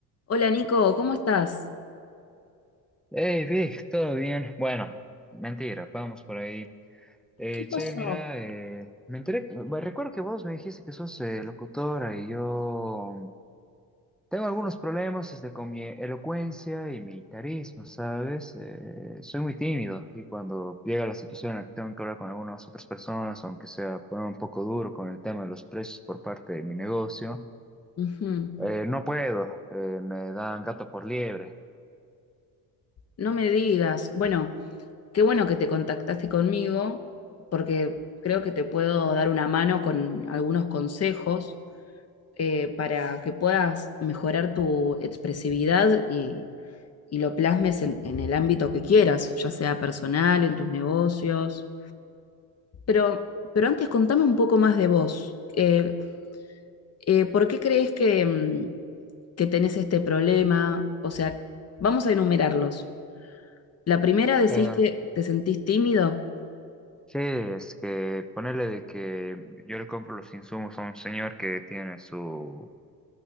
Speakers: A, on the left; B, in the centre.
A: Hola Nico, ¿cómo estás?
B: Hey Vic, ¿todo bien? Bueno, mentira, vamos por ahí. Eh,
A: ¿Qué pasó?
B: che, mira, eh, me enteré, bueno, recuerdo que vos me dijiste que sos eh, locutora y yo tengo algunos problemas este, con mi elocuencia y mi carisma, ¿sabes? Eh, soy muy tímido y cuando llega la situación en la que tengo que hablar con algunas otras personas, aunque sea poner un poco duro con el tema de los precios por parte de mi negocio,
A: Ujú,
B: eh, no puedo, eh, me dan gato por liebre.
A: No me digas. Bueno, qué bueno que te contactaste conmigo porque creo que te puedo dar una mano con algunos consejos eh, para que puedas mejorar tu expresividad y, y lo plasmes en, en el ámbito que quieras, ya sea personal, en tus negocios. Pero, pero antes contame un poco más de vos. Eh, eh, ¿por qué crees que, mm, que tenés este problema, o sea, vamos a enumerarlos. La primera decís
B: Ujú.
A: que te sentís tímido.
B: Sí, es que ponerle de que yo le compro los insumos a un señor que tiene su,